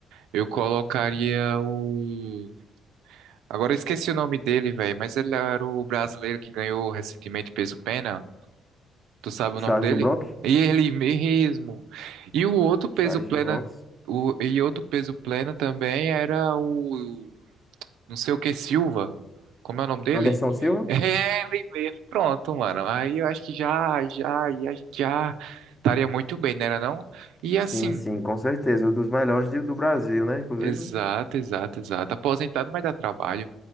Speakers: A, on the right; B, on the left.
A: Eu colocaria o. Agora eu esqueci o nome dele, velho, mas ele era o brasileiro que ganhou recentemente peso pena. Tu sabe o
B: Charles
A: nome dele?
B: do Bronx?
A: E ele mesmo. E o outro peso
B: Charles
A: plena,
B: do Bronx.
A: o... e outro peso plena também era o não sei o que Silva. Como é o nome dele?
B: Anderson
A: <laughs>
B: Silva?
A: Ele mesmo. Pronto, mano. Aí eu acho que já, já, e a gente já estaria muito bem, não era não? E
B: Sim,
A: assim,
B: sim, com certeza. Um dos melhores de- do Brasil, né? Inclusive.
A: exato, exato, exato. Aposentado, mas dá trabalho.